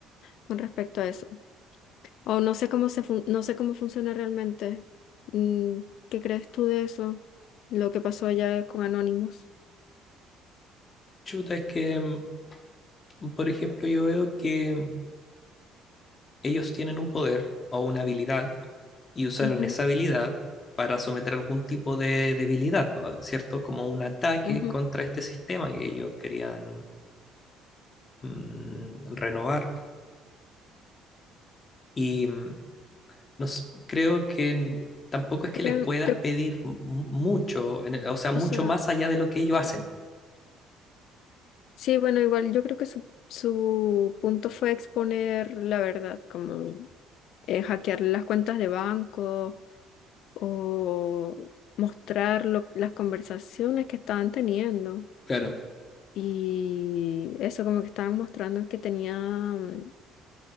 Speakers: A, on the left; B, on the left.
A: con respecto a eso. O no sé cómo se fun- no sé cómo funciona realmente. Mm, ¿Qué crees tú de eso? Lo que pasó allá con Anonymous.
B: Chuta, es que mm, Por ejemplo, yo veo que ellos tienen un poder o una habilidad y usaron
A: Ujú,
B: esa habilidad para someter algún tipo de debilidad, pa- ¿cierto? Como un ataque
A: ujú.
B: contra este sistema que ellos querían mm, renovar. Y mm, no s- creo que n- tampoco es
A: Creo-
B: que les puedas
A: yo-
B: pedir m- mucho, en- o sea, mucho
A: o sea,
B: más allá de lo que ellos hacen.
A: sí, bueno, igual yo creo que su, su punto fue exponer la verdad, como eh, hackear las cuentas de banco o mostrar lo- las conversaciones que estaban teniendo.
B: Claro,
A: Y eso como que estaban mostrando que tenía mm,